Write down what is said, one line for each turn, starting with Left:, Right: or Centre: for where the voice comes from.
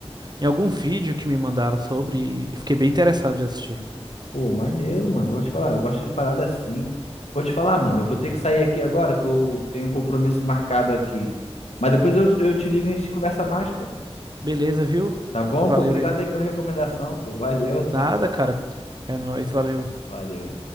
Right: em algum vídeo que me mandaram sobre e fiquei bem interessado de assistir.
Left: Pô, maneiro, mano. eu Vou te falar, eu gosto de parada assim. Vou te falar, mano, eu vou ter que sair aqui agora, que eu tenho um compromisso marcado aqui. Mas depois eu, eu te ligo e a gente conversa mais, pô.
Right: Beleza, viu?
Left: Tá bom,
Right: Valeu
Left: pô? Obrigado
Right: aí.
Left: aí pela recomendação, pô. Valeu.
Right: Nada, cara. É nóis, valeu.
Left: Valeu.